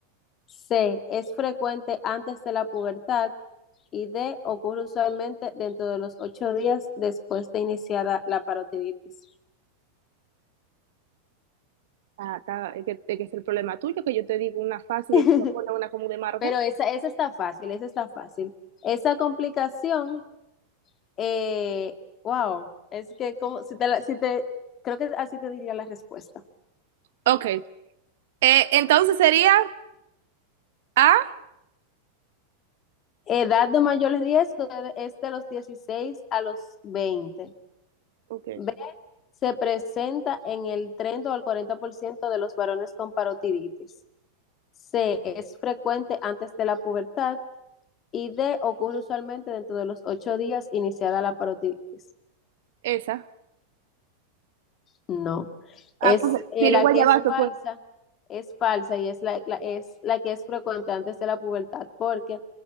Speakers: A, on the left; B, on the right.
A: C. Es frecuente antes de la pubertad. Y D. Ocurre usualmente dentro de los ocho días después de iniciada la parotiditis.
B: Ah, está, es que, es que es el problema tuyo, que yo te digo una fácil
A: <laughs>
B: y tú me pones una como de marga.
A: Pero esa, esa está fácil, esa está fácil. Esa complicación, eh, wow, es que como, si te, la- si te, creo que así te diría la respuesta.
B: Ok. Eh, entonces sería A,
A: Edad de mayor riesgo es de los 16 a los 20.
B: Ok.
A: B, se presenta en el 30 o el 40% de los varones con parotiditis. C, es frecuente antes de la pubertad. Y D, ocurre usualmente dentro de los ocho días iniciada la parotiditis.
B: esa.
A: No,
B: Ah,
A: es
B: pues,
A: eh,
B: pirigua
A: la que
B: ya
A: es falsa,
B: pues.
A: es falsa y es la, la- es la que es frecuente antes de la pubertad porque